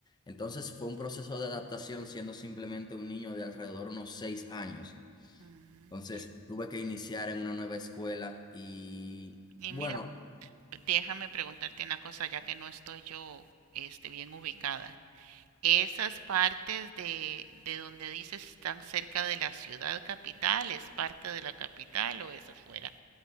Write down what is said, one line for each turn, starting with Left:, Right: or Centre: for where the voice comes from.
Left: Entonces fue un proceso de adaptación siendo simplemente un niño de alrededor unos seis años.
Right: Ujú.
Left: Entonces tuve que iniciar en una nueva escuela y
Right: Y
Left: bueno,
Right: mira, déjame preguntarte una cosa, ya que no estoy yo, este, bien ubicada. Esas partes de, de donde dices están cerca de la ciudad capital, ¿es parte de la capital o es afuera?